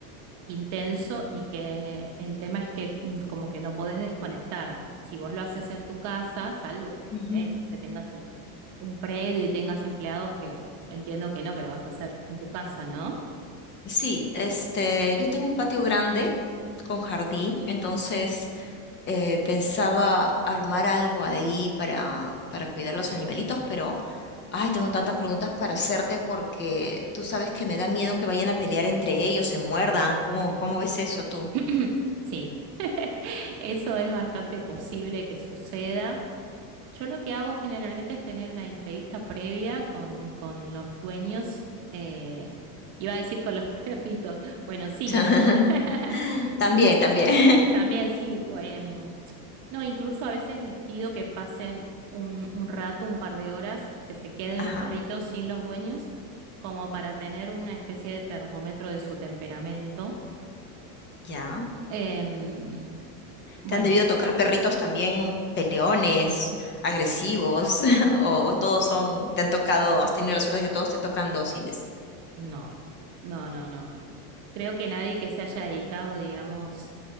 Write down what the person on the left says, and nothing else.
Ujú.
Sí, este, yo tengo un patio grande con jardín, entonces eh, pensaba armar algo ahí para, para cuidar los animalitos, pero, ay, tengo tantas preguntas para hacerte porque tú sabes que me da miedo que vayan a pelear entre ellos, se muerdan. ¿Cómo,
cómo ves eso tú?
<laughs>
También,
también. <laughs>
Ajá,
ya.
¿Te han debido tocar perritos también peleones, agresivos? <laughs> ¿O, o todos son, te han tocado, has tenido la suerte de que todos te tocan dóciles?